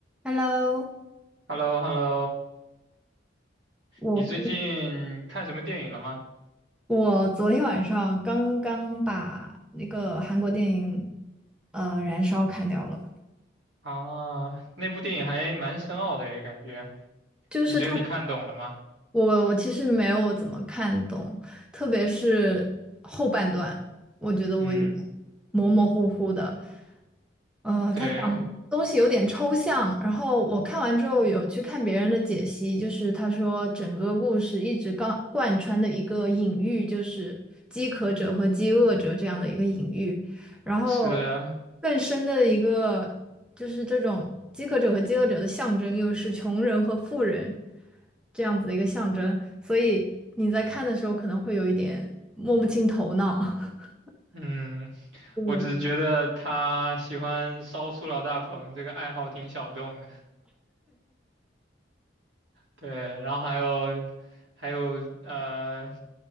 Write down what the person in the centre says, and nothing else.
Hello，
我刚
我昨天晚上刚刚把那个韩国电影呃《燃烧》看掉了，
就是它，
我我其实没有怎么看懂，特别是后半段，我觉得我有点模模糊糊的。
嗯、呃，
它东西有点抽象，然后我看完之后有去看别人的解析，就是他说整个故事一直贯贯穿的一个隐喻，就是饥渴者和饥饿者这样的一个隐喻，然后
更深的一个就是这种饥渴者和饥饿者的象征，又是穷人和富人这样子的一个象征，所以你在看的时候可能会有一点摸不清头脑。<laughs>
对。